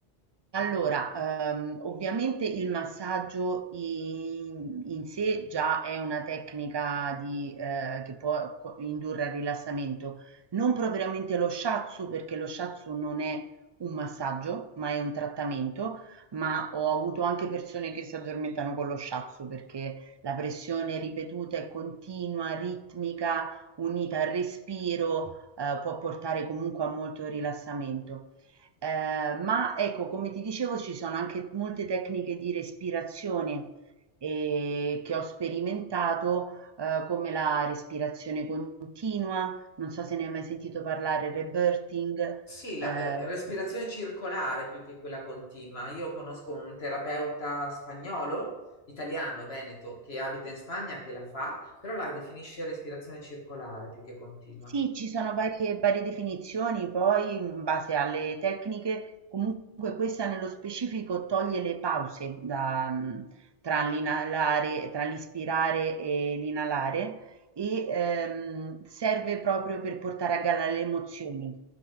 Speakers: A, on the right; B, on the left.
A: Allora, ehm, ovviamente il massaggio in in sé già è una tecnica di ehm, che può co indurre al rilassamento. Non propriamente lo shiatsu, perché lo shiatsu non è un massaggio, ma è un trattamento, ma ho avuto anche persone che si addormentano con lo shiatsu, perché la pressione ripetuta e continua, ritmica, unita al respiro, ehm, può portare comunque a molto rilassamento. Ehm, ma ecco, come ti dicevo, ci sono anche molte tecniche di respirazione, ehm, che ho sperimentato, ehm, come la respirazione continua, non so se ne hai mai sentito parlare, rebirthing,
B: Sì, la
A: ehm
B: eh, respirazione circolare più che quella continua. Io conosco un terapeuta spagnolo, italiano, veneto, che abita in Spagna, che la fa, però la definisce respirazione circolare più che continua.
A: Sì, ci sono varie varie definizioni, poi in base alle tecniche, comunque questa nello specifico toglie le pause da, mh, tra l'inalare, tra l'ispirare e l'inalare e ehm, serve proprio per portare a galla le emozioni.